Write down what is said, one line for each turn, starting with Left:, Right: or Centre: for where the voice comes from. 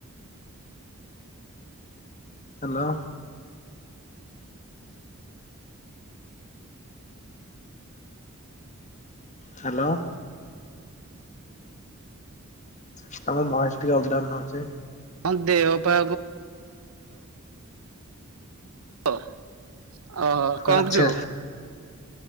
Left: ହ୍ୟାଲୋ ହ୍ୟାଲୋ ତମ ବୟସ ଟିକେ ଅପଡାଉନ ହଉଛି।
Right: ହଁ ଦେହ ପା <unintelligible> ଓ କଣ
Left: ଆଚ୍ଛା
Right: କରୁଛୁ?